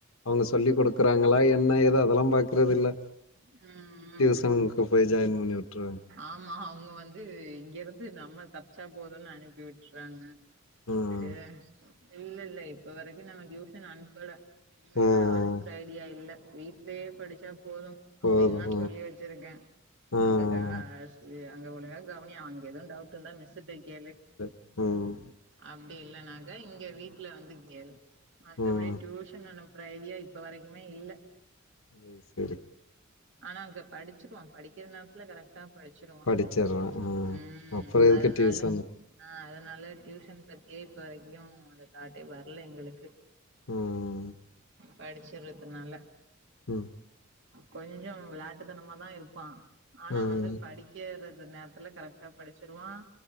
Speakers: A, on the left; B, on the right.
A: அவுங்க சொல்லி குடுக்குறாங்களா என்ன ஏதோ அதெல்லாம் பாக்கறது இல்ல
B: ம் ம்
A: டியூசனுக்கு போய் ஜாய்ன் பண்ணி உட்று
B: ஆமா அவுங்க வந்து இங்கிருந்து நம்ம தப்ச்சா போதும்ன்னு அனுப்பி விட்டுறாங்க
A: ம்
B: சே இல்லல்லை இங்க நா டியூஷன் அனுப்பல இனிமேதா
A: ம்
B: அனுப்புற ஐடியா இல்ல வீட்லயே படிச்சா போதும் அப்டின்தா
A: போதும்
B: சொல்லி வச்சிருக்கே
A: ம்
B: அங்க க அங்க ஒலுங்கா கவனி அங்க எதுவும் டவுட் இருந்தா மிஸ்ட்ட கேளு
A: ம் ம்
B: அப்டி இல்லன்னாக்கா இங்க வீட்ல வந்து கேளு மத்தபடி
A: ம்
B: டியூஷன் அனுப்புற ஐடியா இப்ப வரைக்குமே இல்ல
A: சேர் சேரி
B: ஆனா அங்க படிச்சிருவா படிக்கிற நேரத்துல கரக் ட்டா படிச்சிருவான்
A: படிச்சர்றா
B: ம்
A: அப்புறம் எதுக்கு
B: அதனால
A: டியூசன்
B: ஆ அதனால டியூஷன் பத்தியே இப்ப வரைக்கும் அந்த தாட்டே வ இல்ல எங்களுக்கு
A: ம்
B: படிச்சிருதுனால
A: ம்
B: கொஞ்சம் விளாட்டுத்தனமாதா இருப்பா ஆனா
A: ம்
B: வந்து படி க்கிற நேரத்துல கரெக்டா படிச்சிருவான்